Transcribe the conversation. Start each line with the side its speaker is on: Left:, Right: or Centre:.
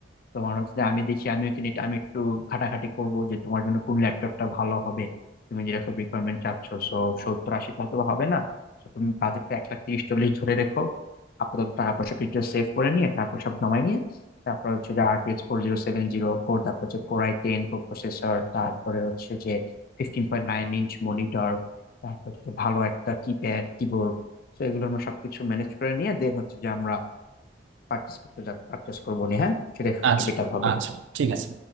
Left: তোমার হচ্ছে যে আমি দেখি আমি কিনে আমি একটু ঘাটাঘাটি করব যে তোমার জন্য কোন ল্যাপটপটা ভালো হবে তুমি যেরকম রিকোয়ারমেন্ট চাচ্ছ সো সত্তর আশিতে হয়তো বা হবে না তো তুমি বাজেটটা এক লাখ তিরিশ চল্লিশ ধরে রেখো আপাতত টাকা পয়সা কিছু সেভ করে নিয়ে টাকা পয়সা জমাই নিয়ে তারপর হচ্ছে যে RTX four zero seven zero core তারপর হচ্ছে কোরাই টেন প্রো প্রসেসর তারপরে হচ্ছে যে ফিফটিন পয়েন্ট নাইন ইঞ্চ মনিটর তারপর হচ্ছে যে ভালো একটা কিপ্যাড কিবোর্ড তো এগুলো আমরা সবকিছু ম্যানেজ করে নিয়ে দেন হচ্ছে যে আমরা পার্চেস করতে যা পার্চেস করবো নি হ্যাঁ সেটা সবচেয়ে
Right: আচ্ছা
Left: বেটার হবে
Right: আচ্ছা ঠিক আছে